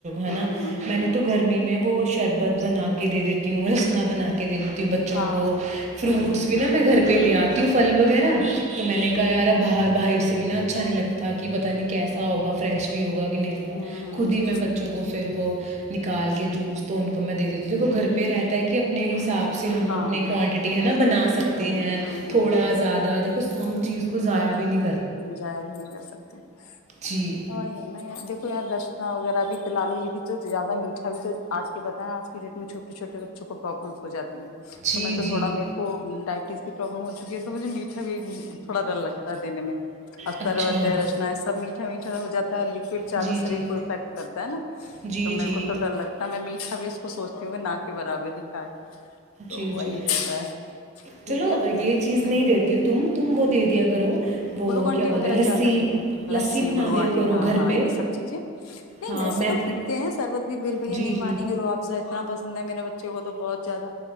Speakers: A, on the right; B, on the left.
A: ہے
B: ہوں
A: نا
B: ہوں ہوں
A: میں نے تو گرمی میں۔۔۔ کوئی شربت بناکے دیتی ہو رسنا بناکے دیتی ہو <unintelligible> بچو
B: ہاں
A: کو فروٹس
B: ہوں ہوں
A: بھی نا مین گھر وی لی اتی ہو فل وگیرہ مینے کہا یار اب باہ باحر سی سی بھی نا اچھا نی لگتا پتا نی کیسا ہوگا فریس بھی ہوگا کی نی نی
B: ہوں
A: خود
B: ہوں
A: ہی مین بچو کو پھر نکال کے جوس تو مین انکو دے دیتی ہو گھر پہ یی رہتا ہے کی اپنے حساب سی ہم
B: ہاں
A: اپنی کوانٹیٹی ہے نا بنا سکتے
B: ہوں
A: ہے
B: ہوں ہوں
A: تھوڈا
B: ہوں
A: جیاد اس چیز کو جایا بھی نی
B: جایا نی کر سکتے
A: جی
B: ہ دیکھو یار واگیرہ بھی تو پیلا لو یی بھی تو جیدا میٹھا بھی تو آج کی ڈیٹ مے چھوٹے چھوٹے بچو کو پروبلم ہو جاتی ہے
A: جی
B: تو مین تو
A: جی
B: تھوڈا میرکو اسقی پروبلم ہو چکی ہے تو موجھے تھوڈا ڈر لگتا ہے میٹھا دینے مے عطروت
A: اچھا
B: ہے رسنا ہے صب میٹھے مے <unintelligible> پھر جیدا
A: جی جی
B: شریر کو ایفیکٹ کرتا ہے نا
A: جی
B: تو میکو
A: جی
B: تو ڈر لگتا ہے میی جیدا میٹھا تبھی اسکو سوچتی ہو میی نا کے برابر ہی کھائے تو
A: جی
B: وہی
A: جی
B: رہتا ہے
A: چلو
B: یار۔
A: یے چیج نہیں دیتی ہو تم، تم وو دے دیا کرو وہ
B: گلوکون
A: کیا
B: ڈی
A: بولتے
B: واگیرہ
A: ہیں لسی
B: جیدا دیتے ہے ہا
A: لسی
B: ہا لسسی،
A: بنا
B: گلوکون
A: دیا
B: ڈی
A: کرو
B: نہیں
A: گھر پہ
B: پیتے ہے
A: ہاں
B: ویسے
A: میں
B: تو شربت واگیرہ پھر بھیا
A: جی
B: نی
A: جی
B: مانینگے روح افزا اتنا پسند ہے میرے بچے کو تو بہوت جیدا